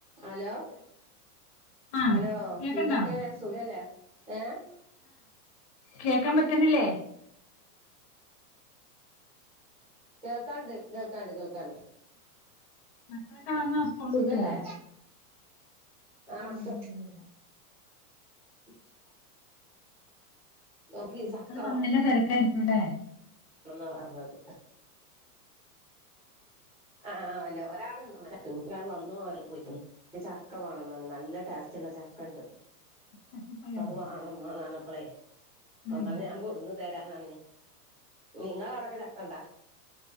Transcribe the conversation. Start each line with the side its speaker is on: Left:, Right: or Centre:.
Centre: Hello.
Left: ആഹ്
Centre: hello
Left: കേക്കണ്ടാ
Centre: എന്തെക്കെ സുഖല്ലേ ഏഹ്?
Left: കേക്കാം പറ്റുന്നില്ലേ?
Centre: കേൾക്കാണ്ട് കേൾക്കാണ്ട് കേൾക്കാണ്ട്.
Left: മക്കളക്കളൊക്കെ വന്നോ സ്കൂളിട്ട്
Centre: സുഖല്ലേ ആ മക്ക
Left: അൽഹംദുലില്ലാഹ്.
Centre: <inaudible> ഓക്ക്
Left: മക്കള്
Centre: ചക്ക
Left: വന്നതിന്റെ തെരക്കായിക്കൂലെ.
Centre: ആണെന്നാ പറഞ്ഞത് ആ ആ അല്ല ഒരാള് <unintelligible> ഒരാള് വന്നു വരും പോയി ക്കുന്നു. ചക്ക വാണംന്നറഞ് നല്ല ടേസ്റ്റ്ള്ള ചക്ക ഇണ്ട്.
Left: ചക്കപ്പഴം
Centre: അത് വാണം ഉമ്മാന്നറഞ്ഞപ്പളെയ് അപ്പം
Left: ഉം
Centre: തന്നെ ഞാൻ കൊടുന്ന്. തരാന്ന് പറഞ്ഞെ നിങ്ങളവടൊക്കെ ചക്കണ്ടാ?